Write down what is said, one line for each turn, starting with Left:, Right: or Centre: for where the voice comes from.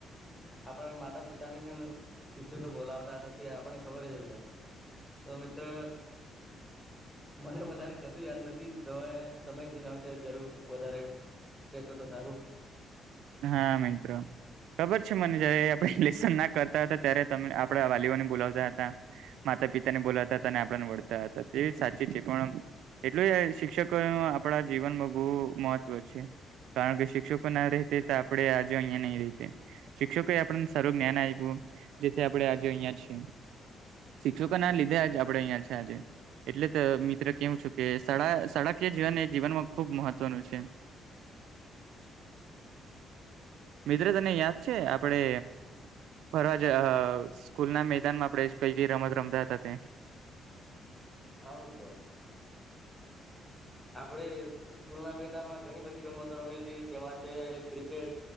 Centre: આપણે માતા પિતા ને પણ શિક્ષકો બોલાવતા હતા તે આપણને ખબર જ હશે.? તમે તો મને વધારે કશું યાદ નથી, તમે તમે જને આવશે જરૂર વધારે. કેસો તો સારું.
Right: હા મિત્રો. ખબર છે મને જયારે આપણે લેશન ના કરતા હતા ત્યારે તમે આપડા વાલીઓને બોલાવતા હતા. માતા પિતા ને બોલાતા હતા અને આપણને વળતા હતા તે સાચી છે પણ એટલું શિક્ષકો ન આપણા જીવનમાં બહુ મહત્વ છે. કારણ કે શિક્ષકો ના રતે તો આપડે આજે અહિયાંયા નહી રહી જાતે. શિક્ષકોએ આપણને સારું જ્ઞાન આપ્યું જેથી, આપડે આજે અહિયાં છીએ. શિક્ષકોના લીધે આજ આપડે અહિયાં છે આજે. એટલે તો મિત્ર કહું છું કે શાળા કે જીવન એ જીવનમાં ખુબ મહત્વનું છે. મિત્ર તને યાદ છે આપડે? જ સ્કૂલ ના મેદાનમાં આપણે કઈકઈ રમત રમતા હતા તે?
Centre: હા મિત્ર. આપણે સ્કૂલના મેદાનમાં ઘણી બધી રમતો રમેલી તેમાં છે ક્રિકેટ